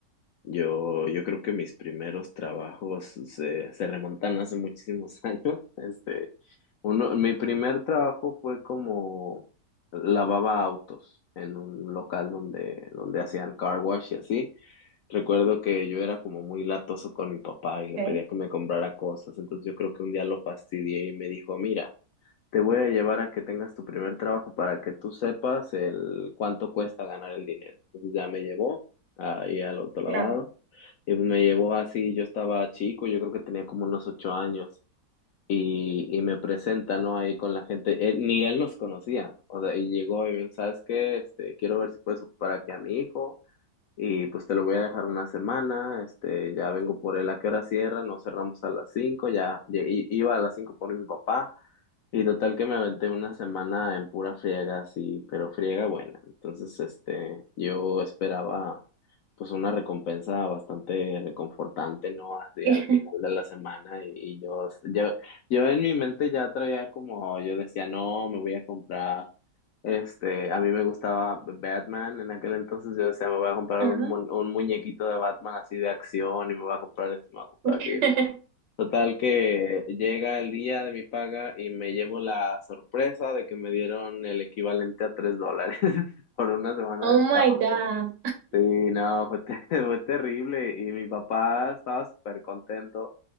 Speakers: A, on the left; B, on the right.
A: Yo, yo creo que mis primeros trabajos se, se remontan hace muchísimos <laughs> años. Este, uno, mi primer trabajo fue como lavaba autos en un local donde, donde hacían car wash y así. Recuerdo que yo era como muy latoso con mi papá y le
B: Ok,
A: pedía que me comprara cosas. Entonces yo creo que un día lo fastidié y me dijo, mira, te voy a llevar a que tengas tu primer trabajo para que tú sepas el cuánto cuesta ganar el dinero. Entonces ya me llevó ahí al autolavado
B: claro.
A: y me llevó así, yo estaba chico, yo creo que tenía como unos ocho años, y, y me presenta, ¿no? Ahí con la gente, él- ni él los conocía, o sea, y llegó y me dijo, ¿sabes qué? Este, quiero ver si puedes ocupar aquí a mi hijo, y pues te lo voy a dejar una semana, este, ya vengo por él, ¿a qué hora cierran? Nos cerramos a las cinco, ya, lle- i- iba a las cinco por mi papá, y total que me aventé una semana en pura friega, sí, pero friega buena. Entonces, este, yo esperaba pues una recompensa bastante reconfortante, ¿no? Así
B: <laughs>
A: al final de la semana y, y yo, yo, yo en mi mente ya traía como, yo decía, no, me voy a comprar, este, a mí me gustaba Batman en aquel entonces, yo decía, me voy a comprar
B: Ajá.
A: un, mu- un muñequito de Batman así de acción y me voy a comprar esto, me voy a comprar
B: <laughs>
A: aquello. Total que llega el día de mi paga y me llevo la sorpresa de que me dieron el equivalente a tres dólares <laughs> por una semana
B: Oh
A: de
B: my
A: trabajo.
B: God,
A: Sí, no, fue, te- <laughs> fue terrible y mi papá estaba súper contento,